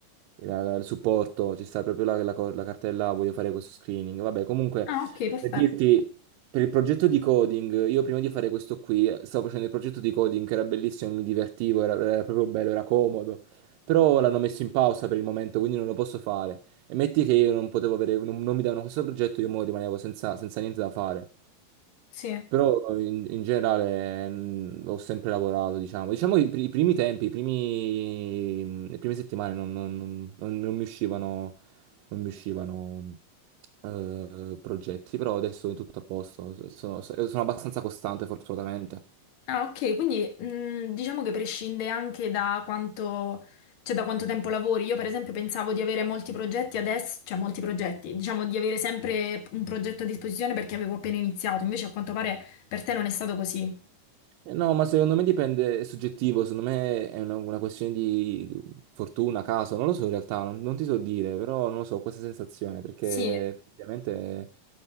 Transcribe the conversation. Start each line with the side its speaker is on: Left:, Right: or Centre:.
Right: il, il supporto, ci sta proprio la, la co- la cartella voglio fare questo screening. Vabbè, comunque
Left: Ah, ok, perfetto.
Right: per dirti... Per il progetto di coding, io prima di fare questo qui eh, stavo facendo il progetto di coding che era bellissimo, mi divertivo, era era proprio bello, era comodo. Però l'hanno messo in pausa per il momento, quindi non lo posso fare. E metti che io non potevo avere, non, non mi davano questo progetto, io mo rimanevo senza, senza niente da fare.
Left: Sì.
Right: Però in, in generale mm, ho sempre lavorato, diciamo. Diciamo che i, pri- i primi tempi, i primi, mm, le prime settimane non, non- non- non- non mi uscivano, non mi uscivano eh, progetti, però adesso è tutto a posto. Sono, sono sono abbastanza costante, fortunatamente.
Left: Ah, ok, quindi mh, diciamo che prescinde anche da quanto, cioè da quanto tempo lavori. Io, per esempio, pensavo di avere molti progetti adesso, cioè molti progetti, diciamo di avere sempre un progetto a disposizione perché avevo appena iniziato, invece a quanto pare per te non è stato così.
Right: Eh, No, ma secondo me dipende, è soggettivo, secondo me è una, una questione di fortuna, caso, non lo so in realtà, non, non ti so dire, però non lo so, questa sensazione, perché
Left: Sì,
Right: ovviamente